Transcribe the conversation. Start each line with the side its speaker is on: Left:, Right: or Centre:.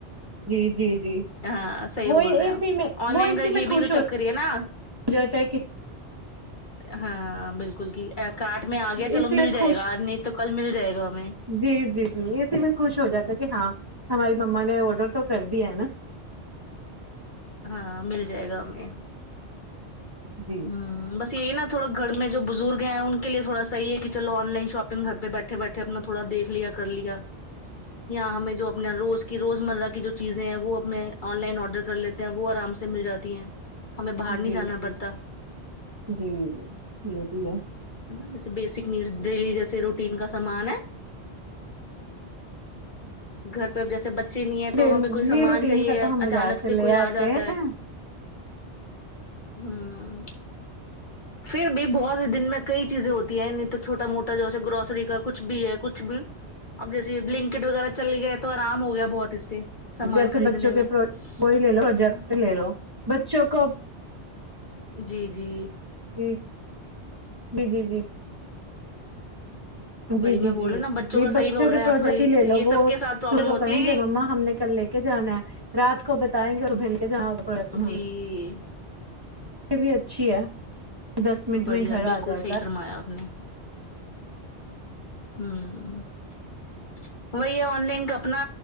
Right: جی جی جی
Left: ہاں صحیح
Right: وہ
Left: بول رہے ہیں
Right: اسی
Left: اپ
Right: میں
Left: آن
Right: وہ
Left: لائن
Right: اسی
Left: کا یہ
Right: میں
Left: بھی
Right: خوش
Left: تو
Right: ہو
Left: چکر ہی ہے نا
Right: جاتا ہے کہ
Left: ہاں بالکل کی کٹ میں آ گیا چلو
Right: اسی
Left: مل
Right: میں
Left: جائے
Right: خوش
Left: گا آج نہیں تو کل مل جائے گا ہمیں
Right: جی جی جی اسی میں خوش ہو جاتا کہ ہاں ہماری مما نے آڈر تو کر دیا ہے نا
Left: ہاں مل جائے گا ہمیں
Right: جی
Left: ھمم بس یہی نہ تھوا گھر میں جو بزرگ ہیں ان کےلئے تھوڑا صحیح ہے کی آن لائن شاپنگ گھر پے بیٹھے بیٹھے کرنا تھوڑا دیک لیا کر لیا یااں ہمیں جو اپنا روز کی روزمرہ کی جو چیزیں ہیں وہ اب آن لائن آرڈر کر لیتے وہ آرام سے مل جاتی ہیں ہمیں باہر نہیں
Right: جی
Left: جانا
Right: جی
Left: پڑتا
Right: جی یہ بھی ہے
Left: نا جیسے بیسک نیڈ ڈیلی جیسے روٹین کا سامان ہے گھر پہ ا جیسے بچے نہیں ہے
Right: ڈیلی
Left: تو ہمیں کوئی سامان
Right: روٹین
Left: چاہیے
Right: کا تو ہم بازار
Left: اچانک سے
Right: لے
Left: کوئی
Right: آتے
Left: آ جاتا
Right: ہیں
Left: ہے ہاں پھر بھی بہت دن میں کئی چیزیں ہوتی ہیں نہیں تو چھوٹا موٹا جوس گروسری کا کچھ بھی ہے کچھ بھی اب جیسے بلنکٹ وغیرہ چل گئے تو آرام ہو گیا بہت اس سے سامان
Right: جیسے
Left: خریدنے
Right: بچوں
Left: میں
Right: کے کوئی لے لو
Left: ہے
Right: جگت
Left: نا
Right: لے لو بچوں کو
Left: جی جی
Right: جی جی جی جی
Left: وہی
Right: جی جی
Left: میں بول
Right: جی
Left: رہی ہوں نا
Right: جی
Left: کا صحیح
Right: بچوں
Left: بول
Right: کے
Left: رہے ہیں
Right: پروجیکٹ
Left: آپ
Right: ہی لے
Left: یہ
Right: لو وہ
Left: سب کے ساتھ پرابلم
Right: س کو
Left: ہوتی
Right: کہیں
Left: ہے کہ
Right: گے ما ہم نے کل لے کے کے جانا ہے رات کو بتائیں گےبھول کے جانا ہو تو پن
Left: جی
Right: یہ بھی اچھی ہے دس منٹ
Left: بڑھیا
Right: میں گھر
Left: بالکل
Right: آ جاتا
Left: صحیح
Right: ہے
Left: فرمایا آپ نے ہوں وہی آن لائن کا اپنا